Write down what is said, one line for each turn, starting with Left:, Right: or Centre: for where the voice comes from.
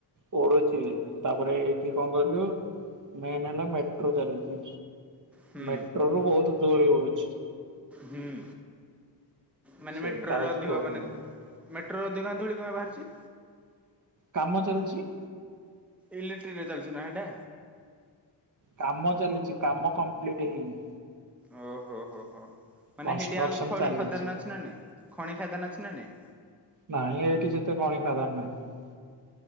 Right: ପଡୁଛି ତାପରେ ଏଇଠି କଣ କିହିଲୁ ମେନ୍ ହେଲା ମେଟ୍ରୋ ଚାଲିଛି।
Centre: ହୁଁ
Right: ମେଟ୍ରୋରୁୁ ବହୁତ ଧୂଳି ଉଡୁଛି।
Centre: ହୁଁ ମାନେ
Right: ସେଇଟା
Centre: ମେଟ୍ରୋରେ
Right: ହଉଛି
Centre: ଅଧିକ
Right: ପ୍ରୋବ୍ଲେମ
Centre: ମାନେ ମେଟ୍ରୋରେ ଅଧିକ କାଇଁ ଧୂଳିକଣା ବାହାରୁଛି।
Right: କାମ ଚାଲିଛି।
Centre: ଇିଲେକ୍ଟ୍ରିକରେ ଚାଲିଛି ନା ଏଇଟା।
Right: କାମ ଚାଲିଛି, କାମ କମ୍ପ୍ଲିଟ ହେଇନି।
Centre: ଓହୋ ହୋ ହୋ ମାନେ
Right: କନଷ୍ଟ୍ରକ୍ସନ
Centre: ସେଇଠି ଆଉ ଖଣି
Right: ଚାଲିଛି
Centre: ଖଦାନ ଅଛି ନା ନାଇଁ। ଖଣି ଖାଇଦାନ ଅଛି ନା ନାଇଁ।
Right: ନାଇଁ ଏଇଠି ସେତେ ଖଣି ଖାଦାନ ନାହିଁ।